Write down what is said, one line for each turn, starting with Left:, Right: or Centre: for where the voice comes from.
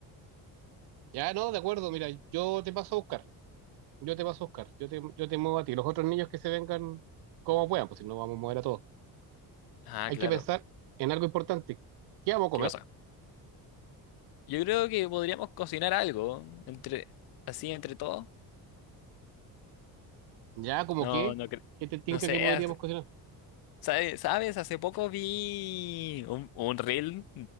Right: Ya, no, de acuerdo, mira, yo te paso a buscar, yo te paso a buscar, yo te, yo te muevo a ti. Los otros niños que se vengan como puedan, pues si no vamos a mover a todos.
Left: Ah,
Right: hay
Left: claro.
Right: que pensar en algo importante. ¿Qué vamos a comer?
Left: ¿Qué cosa? Yo creo que podríamos cocinar algo entre así entre todos.
Right: Ya, como
Left: No,
Right: que,
Left: no creo.
Right: ¿qué te tinca
Left: No sé,
Right: que podríamos
Left: hace-
Right: cocinar?
Left: ¿sabes? ¿Sabes? Hace poco vi un, un reel